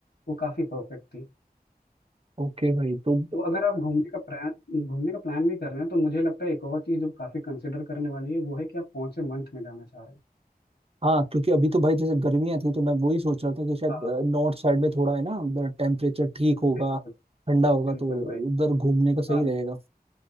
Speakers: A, on the left; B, on the right.
A: वो काफी परफेक्ट थी
B: ओके भाई तो
A: तो अगर आप घूमने का प्लान घूमने का प्लान भी कर रहे हैं तो मुझे लगता है एक और चीज जो काफी कंसिडर करने वाली है वो है कि आप कौन से मंथ में जाना चाह रहे हैं
B: हाँ क्योंकि अभी तो भाई जैसे गर्मियां थी तो मैं वही सोच रहा था कि शायद
A: हाँ
B: नॉर्थ साइड में थोड़ा है ना टेम्परेचर ठीक होगा
A: बिल्कुल
B: ठंडा होगा
A: बिल्कुल
B: तो
A: भाई
B: उधर घूमने का सही
A: हाँ
B: रहेगा